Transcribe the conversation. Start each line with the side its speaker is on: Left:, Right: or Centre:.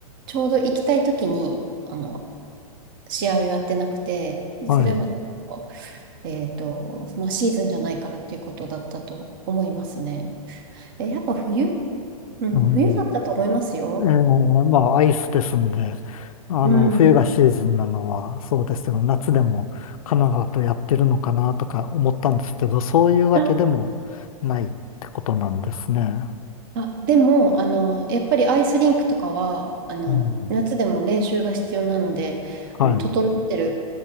Right: ちょうど行きたい時に、あの、試合をやってなくて、で、
Left: はい。
Right: それも、えっと、まあ、シーズンじゃないからっていうことだったと思いますね。え、やっぱ冬うん、
Left: うん、
Right: 冬だったと思いますよ。
Left: ええ、まあアイスですんで、あの、
Right: うん。
Left: 冬がシーズンなのはそうですけど、夏でもカナダとやってるのかなとか思ったんですけど、そういうわけでもないってことなんですね。
Right: ああ、でも、あの、やっぱりアイスリンクとかは、あの、
Left: うん。
Right: 夏でも練習が必要なので、
Left: はい。
Right: あの、整ってる、